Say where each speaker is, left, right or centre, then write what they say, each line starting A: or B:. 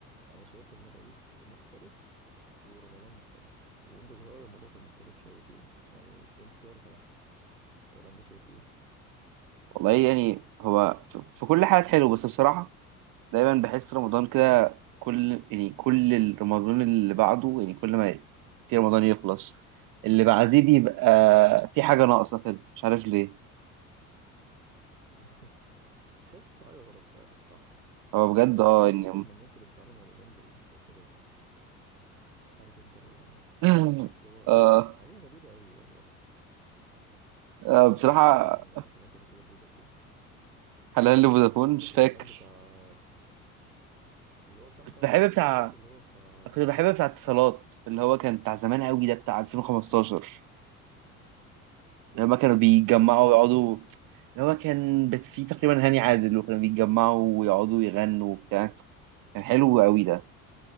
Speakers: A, on the right; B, on the right.
A: أنا شايف إن العيد مختلف ورمضان مختلف وأنت صغير الموضوع كان مختلف شويتين يعني وأنت صغير كان أحلى ولا أنت شايف إيه؟
B: والله يعني هو ف- في كل حاجة حلو بس بصراحة دايما بحس رمضان كده كل يعني كل الرمضان اللي بعده يعني كل ما في رمضان يخلص اللي بعديه بيبقى
A: حلو
B: في حاجة
A: أه
B: ناقصة كده مش عارف ليه
A: <laughs> تحس في حاجة غلط فعلا صح
B: هو بجد
A: أنا بتضايق
B: اه يعني
A: جدا من الناس اللي بتعلم رمضان بالمسلسلات عارف أنت ال-
B: <laughs>
A: اللي هو
B: آه
A: حاجة غريبة أوي والله
B: آه،
A: أنت
B: بصراحة
A: إيه أحسن إعلان سمعته قبل كده لفودافون؟
B: حلال لي فودافون
A: عارف
B: مش فاكر
A: الاعلان بتاع اللي هو كام
B: كنت
A: بتاع
B: بحب
A: رمضان
B: بتاع
A: ده انا فاكر اللي هو بتاع
B: كنت بحب بتاع اتصالات اللي هو كان بتاع زمان قوي ده بتاع 2015 لما كانوا بيتجمعوا
A: كان فيه ايه طيب
B: ويقعدوا اللي هو كان بت- فيه تقريبا هاني عادل وكانوا بيتجمعوا ويقعدوا يغنوا وبتاع كان حلو قوي ده